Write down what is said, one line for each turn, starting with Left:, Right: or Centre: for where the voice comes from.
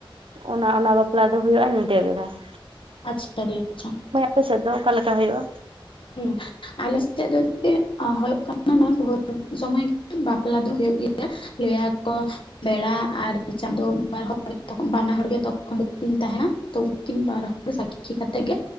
Right: ᱚᱱᱟ ᱚᱱᱟ ᱵᱟᱯᱞᱟ ᱫᱚ ᱦᱩᱭᱩᱜᱼᱟ ᱧᱤᱫᱟᱹ ᱵᱮᱲᱟ ᱾
Left: ᱟᱪᱪᱷᱟ ᱫᱤ ᱟᱪᱪᱷᱟ ᱾
Right: ᱯᱮᱥᱮᱫ ᱫᱚ ᱚᱠᱟ ᱞᱮᱠᱟ ᱦᱩᱭᱩᱜᱼᱟ?
Left: ᱦᱮᱸ ᱟᱞᱮ ᱥᱮᱫ ᱫᱚ ᱪᱮᱫ ᱦᱩᱭᱩᱜ ᱠᱟᱱᱟ ᱱᱚᱣᱟ ᱵᱳᱨ ᱥᱩᱚᱢᱚᱭ ᱜᱮ ᱵᱟᱯᱞᱟ ᱫᱚ ᱦᱩᱭᱩᱜ ᱜᱮᱭᱟ᱾ ᱞᱟᱹᱭ ᱟᱠᱚ ᱵᱮᱲᱟ ᱟᱨ ᱪᱟᱸᱫᱚ ᱵᱟᱨ ᱦᱚᱲ ᱵᱟᱱᱟ ᱦᱚᱲ ᱜᱮ ᱛᱚᱠᱷᱚᱱ ᱫᱚ ᱠᱤᱱ ᱛᱟᱦᱮᱸ ᱱᱟ ᱛᱚ ᱩᱱᱠᱤᱱ ᱵᱟᱨ ᱦᱚᱲ ᱥᱟᱹᱠᱷᱤ ᱠᱟᱛᱮ ᱜᱮ